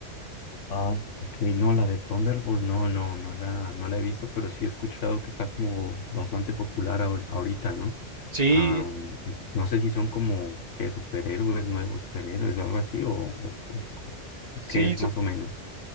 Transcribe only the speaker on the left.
Ah, ok, no, la de Thunderbolts, no, no, no la, no la he visto, pero sí he escuchado que está como bastante popular ahor- ahorita, ¿no?
Ah, y no sé si son como que superhéroes, nuevos superhéroes o algo así, o, o, o- o
qué es
más o menos.